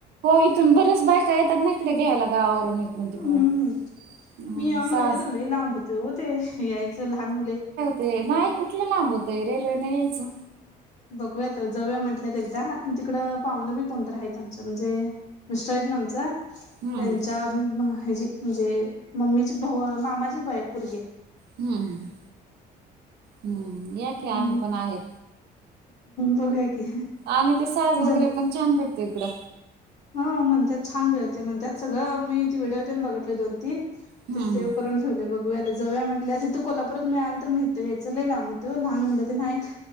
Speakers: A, on the right (about 70°); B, on the left (about 40°).
A: इथून बरेच बायका येतात ना इकडे घ्यायला गवरून इकडून
B: हम्म
A: तिकडून. अ
B: मी याव म्हणाले
A: साज
B: तर लय लांब होते. हो ते यायचं लहान मुले
A: ते नाही कुठलं? लांब होतंय रेल्वेने यायचं.
B: बघूयात जऊया म्हंटल्यात एकदा आणि पाहुणं बी कोणतरी आहे म्हणजे- मिस्टर आहेत ना आमचा त्यांच्या
A: हम्म
B: हजी म्हणजे मम्मीची भऊ मामाची बाय पोरगीय.
A: हम्म हम् हम्म या की
B: हम्म
A: आम्ही पण आहे.
B: बघूया की
A: आणि ते साज वगैरे
B: जम
A: पण छान भेटतो इकडं.
B: हा म्हणतात छान मिळतंय म्हणतात सगळं मी ते व्हिडिओ तेन बघितलंय दोन तीन म
A: हम्म
B: ते सेव
A: हम्म
B: करून ठेवलंय बघूया आता जाऊया म्हटल्यात हित कोल्हापूरात मिळाला तर हित घ्यायचं लई लांब होतंय वो लहान मुलं तेण आहित.